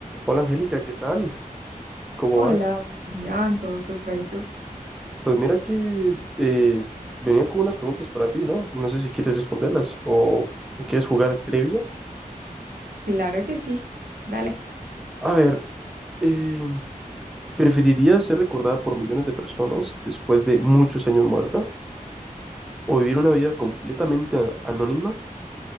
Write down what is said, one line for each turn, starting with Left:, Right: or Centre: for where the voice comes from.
Centre: Hola Angélica, ¿qué tal? ¿Cómo
Right: Hola,
Centre: vas?
Right: William, todo súper, ¿y tú?
Centre: Pues mira que eh, venía con unas preguntas para ti, ¿no? No sé si quieres responderlas o, o quieres jugar trivia.
Right: Claro que sí, dale.
Centre: A ver, eh, ¿preferirías ser recordada por millones de personas después de muchos años muerta o vivir una vida completamente a- anónima,